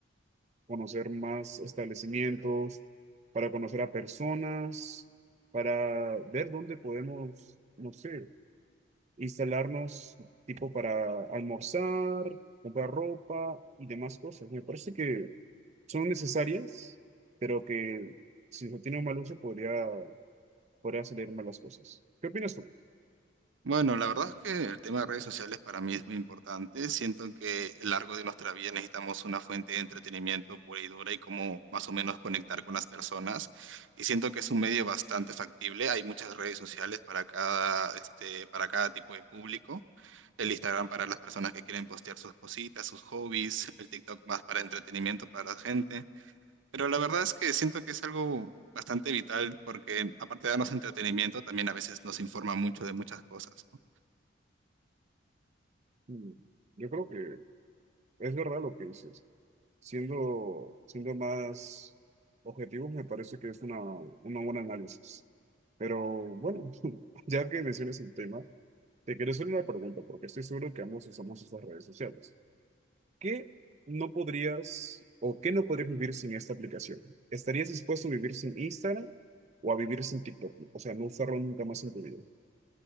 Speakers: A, on the right; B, on the right.
A: conocer más establecimientos, para conocer a personas, para ver dónde podemos, no sé, instalarnos, tipo para almorzar, comprar ropa y demás cosas. Me parece que son necesarias, pero que si no tiene un mal uso podría, podría salir mal las cosas. ¿Qué opinas tú?
B: Bueno, la verdad es que el tema de redes sociales para mí es muy importante. Siento que a lo largo de nuestra vida necesitamos una fuente de entretenimiento pura y dura y cómo más o menos conectar con las personas. Y siento que es un medio bastante factible. Hay muchas redes sociales para cada, este, para cada tipo de público. El Instagram para las personas que quieren postear sus cositas, sus hobbies, el TikTok más para entretenimiento para la gente. Pero la verdad es que siento que es algo bastante vital porque aparte de darnos entretenimiento, también a veces nos informa mucho de muchas cosas, ¿no?
A: Mm, Yo creo que es verdad lo que dices. Siendo, siendo más objetivos, me parece que es una, una buena análisis. Pero bueno, <laughs> ya que mencionas el tema, te quiero hacer una pregunta, porque estoy seguro que ambos usamos estas redes sociales. ¿Qué no podrías o qué no podrías vivir sin esta aplicación? ¿Estarías dispuesto a vivir sin Instagram o a vivir sin TikTok? O sea, no usarlo nunca más en tu vida.